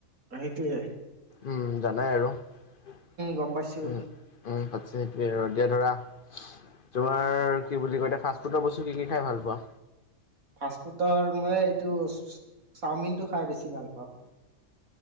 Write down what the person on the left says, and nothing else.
উম জানাই আৰু উম
উম পাতছে সেটোৱে আৰু দিয়া ধৰা তোমাৰ কি বুলি কয় এতিয়া ফাষ্ট ফুডৰ বস্তু কি কি খাই ভাল পোৱা